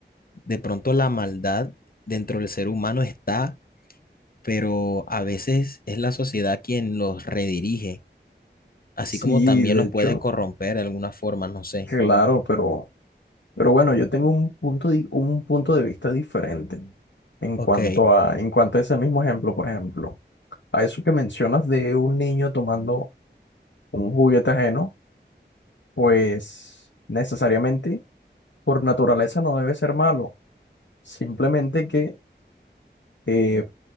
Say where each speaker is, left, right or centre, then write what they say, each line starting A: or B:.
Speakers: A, on the left; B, on the left.
A: de pronto la maldad dentro del ser humano está pero a veces es la sociedad quien los redirige, así
B: sí,
A: como también
B: de
A: los
B: hecho,
A: puede corromper de alguna forma, no sé.
B: claro, pero, pero bueno, yo tengo un punto, di- un punto de vista diferente en
A: Ok,
B: cuanto a, en cuanto a ese mismo ejemplo, por ejemplo. A eso que mencionas de un niño tomando un juguete ajeno, pues necesariamente por naturaleza no debe ser malo. Simplemente que eh,